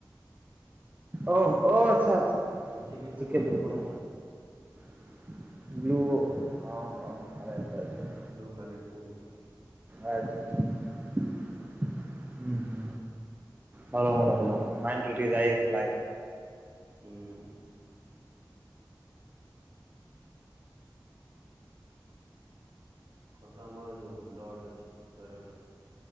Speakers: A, on the right (about 20°); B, on the right (about 65°).
A: ଓ ଓ ଆଚ୍ଛା ଆଚ୍ଛା,
B: ପୃଥିବୀକୁ
A: ଜିକେ
B: କୁହାଯାଉଛି
A: ଦୁର୍ବଳ। ବ୍ଲୁ
B: ହୁଁ।
A: ଅ ହ
B: ବ୍ଲୁ ପ୍ଲାନେଟ୍ କୁହନ୍ତି।
A: ଆଚ୍ଛା। ଉଁ ହୁଁ, ଭଲ, ଭଲ ଭଲ ମାଇଣ୍ଡରୁ ଟିକେ ଯାଇଥିଲା
B: ହୁଁ ହୁଁ। କଥା ଆମର ଯୋଉ ବ୍ଲଡ ଅଛି ଶରୀରର।